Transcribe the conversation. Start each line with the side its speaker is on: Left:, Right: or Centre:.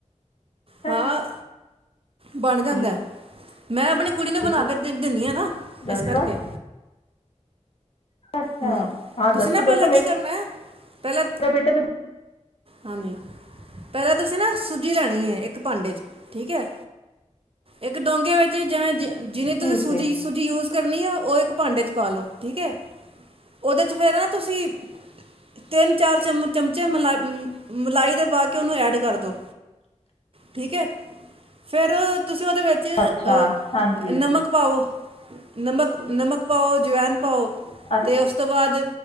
Left: <unintelligible>
Right: ਹਾਂ ਬਣ ਜਾਂਦਾ
Left: ਠੀਕ
Right: ਹੈ ਮੈਂ ਆਪਣੀ ਕੁੜੀ ਨੂੰ ਬਣਾ
Left: ਹੈ ਜੀ
Right: ਕੇ ਦਿੰਦੀ ਹ ਨਾ
Left: ਦੱਸੋ
Right: ਇਸ ਕਰਕੇ
Left: ਅੱਛਾ
Right: ਹਮ
Left: ਹਾਂ
Right: ਤੁਸੀਂ
Left: ਦੱਸੋ
Right: ਨਾ
Left: ਦੱਸੋ
Right: ਪਹਿਲਾਂ ਕੀ ਕਰਨਾ ਹੈ ਪਹਿਲਾਂ
Left: ਮੇਰਾ ਬੇਟਾ ਤਾਂ
Right: ਹਾਂਜੀ ਪਹਿਲਾਂ ਤੁਸੀਂ ਨਾ ਸੂਜੀ ਲੈਣੀ ਹੈ ਇੱਕ ਭਾਂਡੇ ਚ ਠੀਕ ਹੈ ਇੱਕ ਡੋਂਘਗੇ ਵਿੱਚ ਜਿਵੇਂ ਜਿਵੇਂ
Left: ਠੀਕ
Right: ਤੁਸੀਂ ਸੂਜੀ
Left: ਹੈ
Right: ਸੂਜੀ ਯੂਜ ਕਰਨੀ ਆ ਉਹ ਇੱਕ ਭਾਂਡੇ ਚ ਪਾਲੋ ਠੀਕ ਹੈ ਉਹਦੇ ਚ ਫੇਰ ਨਾ ਤੁਸੀਂ ਤਿੰਨ ਚਾਰ ਚਮਚ ਮ ਚਮਚੇ ਮਲਾਈ ਮਲਾਈ ਦੇ ਪਾ ਕੇ ਉਹਨੂੰ ਐਡ ਕਰ ਦਿਉ ਠੀਕ ਹੈ ਫਿਰ ਤੁਸੀਂ ਉਹਦੇ ਵਿੱਚ ਅਹ
Left: ਅੱਛਾ ਹਾਂਜੀ
Right: ਨਮਕ ਪਾਵੋ ਨਮਕ ਨਮਕ ਪਾਓ ਜਵੈਨ ਪਾਓ
Left: ਅੱਛਾ
Right: ਅਤੇ ਉਸ ਤੋਂ ਬਾਅਦ